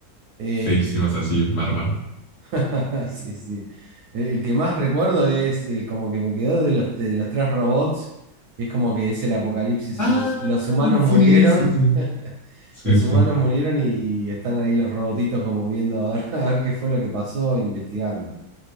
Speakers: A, on the right (about 70°); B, on the left (about 55°).
A: Eh,
B: Feísimas así, bárbaro.
A: <laughs> Sí, sí. El, el que más recuerdo es el como que me quedó de los, de los tres robots, que es como que es el apocalipsis.
B: Ah,
A: Los, los humanos
B: sí,
A: murieron,
B: sí, sí. Sí,
A: los
B: sí.
A: humanos murieron y, y están ahí los robotitos como viendo a ver, <laughs> a ver qué fue lo que pasó, investigando.